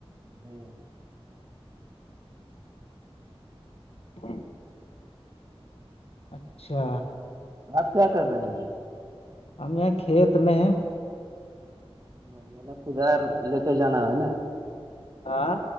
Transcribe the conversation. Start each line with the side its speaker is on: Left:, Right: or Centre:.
Right: ہوں
Left: ہ اچھا
Right: آپ کیا کر رہے ہیں ابھی
Left: ہم یہاں کھیت میں ہیں
Right: ہ م کدار لے کے جانا ہے نا
Left: آاں